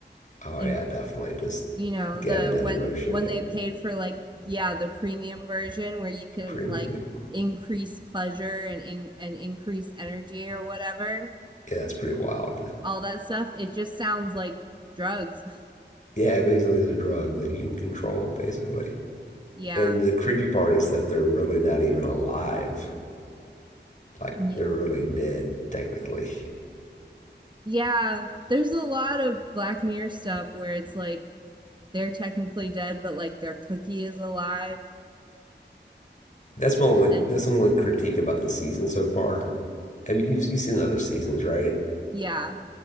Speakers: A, on the left; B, on the right.
A: oh
B: And
A: yeah, definitely just
B: you know,
A: giving
B: the
A: that
B: when
A: emotion.
B: when
A: Yep,
B: they paid for like yeah, the premium version where you can
A: the premium.
B: like
A: Yep.
B: increase pleasure and in, and increase energy or whatever,
A: Yeah, it's pretty wild.
B: all that stuff, it just sounds like drugs. <sighs>
A: Yeah, basically, it's a drug that you can control, basically.
B: <laughs> Yeah.
A: And the creepy part is that they're really not even alive. Like
B: Yeah.
A: they're really dead technically.
B: Yeah, there's a lot of Black Mirror stuff where it's like they're technically dead, but like their cookie is alive
A: That's my only
B: and
A: that's my only critique about the season so far. Have you you've, you've seen the other seasons, right?
B: yeah,